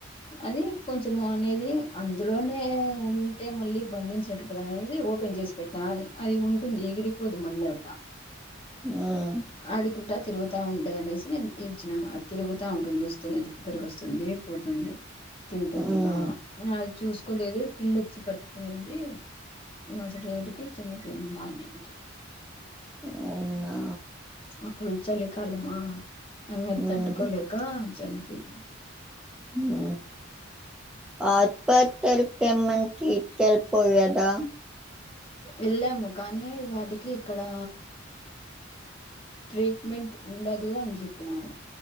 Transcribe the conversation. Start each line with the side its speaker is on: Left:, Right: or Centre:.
Left: అది కొంచం ము అనేది అందులోనే ఉంటే మళ్ళీ బందించినట్టు అనేసి ఓపెన్ జేసి పెటాం అది ఉంటుంది ఎగిరిపోదు మళ్ళ అట్లా
Centre: హ్మ్
Left: ఆడుకుంట తిరు తా ఉంటది అనేసి నేను ఈడ్చిన ఆది తిరుగుతా ఉంటుంది <unintelligible> పోతుంది తింటుంది
Centre: హ్మ్
Left: బా మరి చూసుకోలేదు పిల్లొచ్చి పట్టుకునిందీ మర్సట్ రోజుకి చనిపోయింది మార్నింగ్కి
Centre: అవునా
Left: అప్పుడు చలికాలమా ఇంగ
Centre: హ్మ్
Left: తట్టుకోలేక చనిపోయింది
Centre: హ్మ్ ఆ అప్ప తెరిక్కెమ్మంటె తీత్ కెల్ పోయాడా
Left: వెళ్ళాము కానీ వాటికి ఇక్కడా ట్రీట్మెంట్ ఉండదూ అని చెప్పినారు